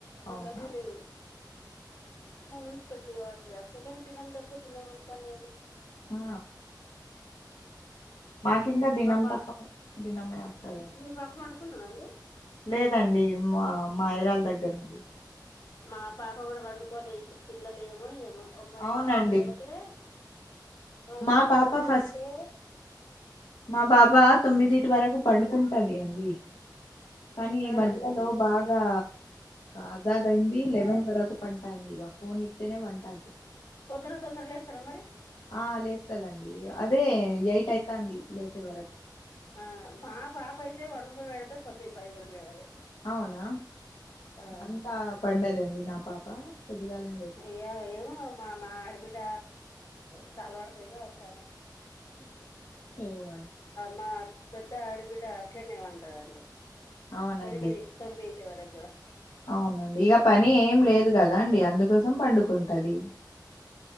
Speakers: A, on the left (about 80°); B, on the left (about 55°).
A: అవునా
B: మాకు అది లేవు మున్స్పట్లి వాటర్ వస్తాయి కాని దినం తప్పి దినం వస్తాయండి
A: ఆ మాకు ఇంకా దినం
B: మా పా
A: తప్ప దినమే వస్తది
B: మీ పాప పండుకున్నదండి
A: లేదండి మా యారాలు దగ్గర ఉంది
B: మా పాప కూడా పండుకోలే ఇప్పుడు పిల్లలే ఏమో ఏమో
A: అవునండి
B: మా పిల్లలైతే
A: మా
B: ఇద్దరు
A: పాప
B: కొడుకులైతే
A: ఫస్ట్ మా బాబా తొమ్మిదిటి వరకు పడుకుంట
B: చిన్న
A: ది అండి కానీ ఈ
B: ఆ
A: మధ్యలో
B: అండి
A: బాగా అజాజ్ అయింది లెవన్
B: ఆ
A: వరకు పంటంది ఇగ ఫోన్ ఇస్తేనే పంటది
B: పొద్దున్న తొందర లేస్తారా మరి
A: ఆ లేస్తదండి అదే ఎయిట్ అయితంది లేసే వరకు
B: ఆ మా పాప అయితే పండుకోపేడితే తొమ్మిది పదికి కూడా లేవదండి
A: అవునా
B: ఆ
A: అంతా పండదండి నా పాప పొద్దుగాలే
B: ఇగ ఏమో మా మా ఆడబిడ్డ చల్లవడుతది కావచ్చు
A: ఏవడి
B: మా పెద్ద ఆడవిడ్డ అట్లనే పంటదండి
A: అవునండి
B: ఎనిమిది తొమ్మిదిటి వరకు కూడా
A: అవునండి ఇక పని ఏం లేదు కదా అండి అందుకోసం పండుకుంటది